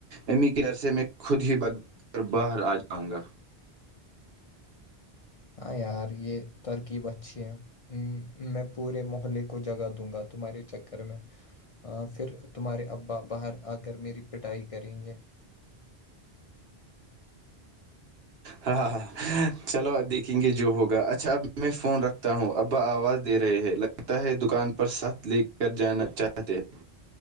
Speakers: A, on the right; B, on the left.
A: امی کے عرصے میں خود ہی بک کر باہر آ جاؤں گا
B: ہاں یار یہ ترکیب اچھی ہے ہ میں پورے محلے کو جگا دوں گا تمہارے چکر میں پھر تمہارے ابا باہر آ کر میری پٹائی کریں گے
A: ہاں ہ ہاں چلو دیکھیں گے جو ہوگا اچھا اب میں فون رکھ تا ہوں ابا آواز دے رہے ہیں لگتا ہے دکان پر ساتھ لے کر جانا چاہتے ہیں